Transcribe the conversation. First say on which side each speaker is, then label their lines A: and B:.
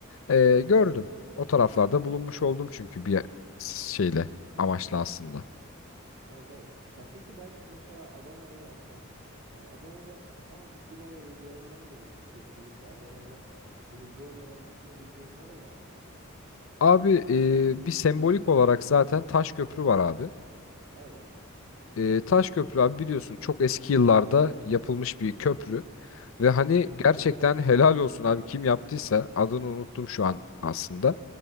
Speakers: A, on the left; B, on the right.
A: e, gördüm. O taraflarda bulunmuş oldum çünkü bir şeyle amaçla aslında.
B: Evet evet. Ya peki ben mesela Adana'ya gelsem, e, Adana'da aa şuraları görmen gerekir kesinlikle. Adana'da bunu görmeden gitme diyeceğin nereler var?
A: Abi e, bir sembolik olarak zaten Taş Köprü var abi.
B: Evet.
A: E, Taş Köprü abi biliyorsun çok eski yıllarda yapılmış bir köprü. Ve hani
B: Hı hı.
A: gerçekten helal olsun abi kim yaptıysa adını unuttum şu an aslında.